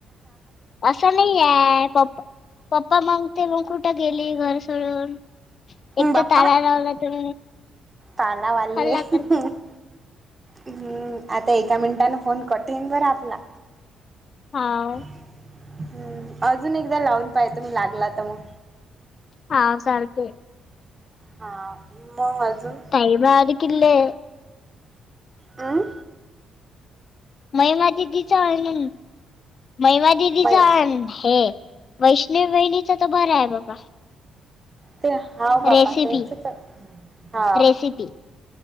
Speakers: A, on the left; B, on the right.
A: असं नाही आहे पप्पा पप्पा मग ते मग कुठे गेली घर सोडून. एक
B: बाप्पा
A: तर ताला लावला तर
B: तालावाली
A: हल्ला
B: आहे.
A: करते
B: हम्म आता एका मिनिटानें फोन कटींग कर आपला.
A: हा.
B: हम्म. अजून एकदा लावून पाहतो मी लागला तर मग.
A: हा चालतंय.
B: हा, मग अजून?
A: <unintelligible> किले.
B: अं.
A: महिमा दिदीचा अन महिमा दिदीचा
B: बाय
A: आण हे. वैष्णवी वहिणीचा तर बर आहे बघा.
B: ते हा बाबा
A: रेसिपी
B: त्यांच तर हा.
A: रेसिपी